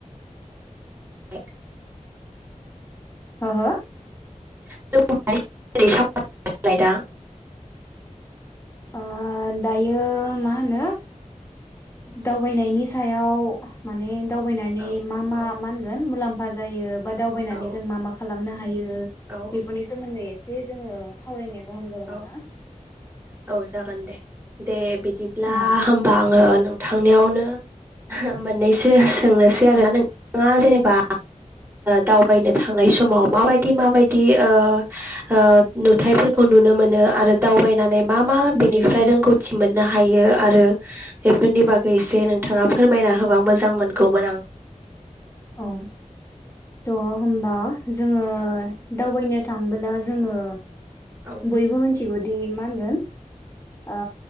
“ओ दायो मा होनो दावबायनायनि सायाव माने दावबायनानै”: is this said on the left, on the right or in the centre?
Left